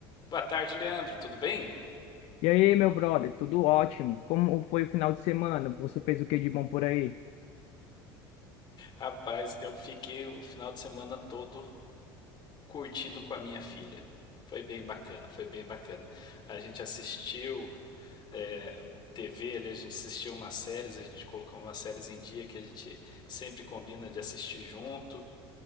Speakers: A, on the left; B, on the left.
A: Boa tarde, Leandro. Tudo bem?
B: E aí, meu brother, tudo ótimo? Como foi o final de semana? Você fez o que de bom por aí?
A: Rapaz, eu fiquei o final de semana todo curtindo com a minha filha. Foi bem bacana, foi bem bacana. A gente assistiu é, TV ali, a gente assistiu umas séries, a gente colocou umas séries em dia que a gente sempre combina de assistir junto.